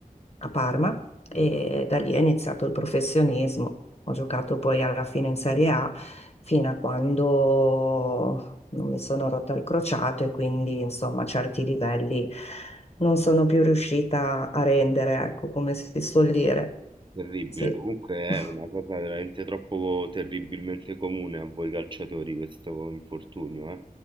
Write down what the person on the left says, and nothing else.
a Parma e da lì è iniziato il professionismo. Ho giocato poi alla fine in Serie A fino a quando non mi sono rotta il crociato e quindi insomma certi livelli non sono più riuscita a rendere, ecco come si suol dire.
Sì.
<laughs>